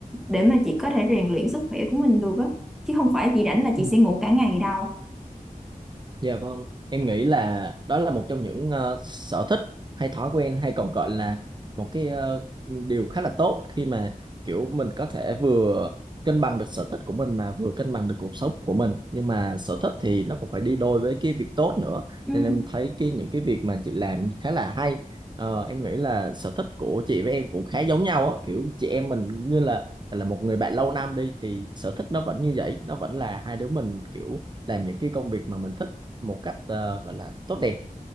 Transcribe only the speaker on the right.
Ừ.
Dạ vâng, em nghĩ là đó là một trong những ờ, sở thích hay thói quen hay còn gọi là một cái ờ, điều khá là tốt khi mà kiểu mình có thể vừa cân bằng được sở thích của mình mà vừa cân bằng được cuộc sống của mình. Nhưng mà sở thích thì nó cũng phải đi đôi với cái việc tốt nữa.
Nên em thấy cái những cái việc mà chị làm khá là hay. Ờ, em nghĩ là sở thích của chị với em cũng khá giống nhau á, kiểu chị em mình như là là một người bạn lâu năm đi thì sở thích nó vẫn như vậy, nó vẫn là hai đứa mình kiểu làm những cái công việc mà mình thích một cách ờ, gọi là tốt đẹp